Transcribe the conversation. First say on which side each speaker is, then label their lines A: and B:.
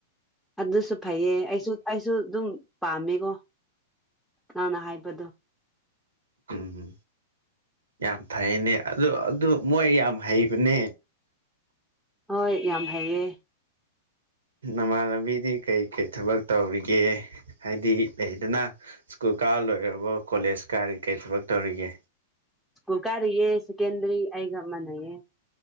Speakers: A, in the centre; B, on the right.
A: ꯑꯗꯨꯁꯨ ꯐꯩꯌꯦ ꯑꯩꯁꯨ ꯑꯩꯁꯨ ꯑꯗꯨꯝ ꯄꯥꯝꯃꯦꯀꯣ ꯅꯪꯅ ꯍꯥꯏꯕꯗꯨ
B: ꯎꯝ ꯌꯥꯝ ꯐꯩꯌꯦꯅꯦ ꯑꯗꯨ ꯑꯗꯨ ꯃꯣꯏ ꯌꯥꯝ ꯍꯩꯕꯅꯦ
A: ꯍꯣꯏ ꯌꯥꯝ ꯐꯩꯌꯦ
B: ꯅꯃꯥꯟꯅꯕꯤꯗꯤ ꯀꯩꯀꯩ ꯊꯕꯛ ꯇꯧꯔꯤꯒꯦ ꯍꯥꯏꯗꯤ ꯂꯩꯗꯅ ꯁ꯭ꯀꯨꯜ ꯀꯥꯔ ꯂꯣꯏꯔꯕꯣ ꯀꯣꯂꯦꯖ ꯀꯥꯔꯤ ꯀꯩ ꯊꯕꯛ ꯇꯧꯔꯤꯒꯦ
A: ꯁ꯭ꯀꯨꯜ ꯀꯥꯔꯤꯌꯦ ꯁꯦꯀꯦꯟꯗꯔꯤ ꯑꯩꯒ ꯃꯥꯟꯅꯩꯌꯦ꯫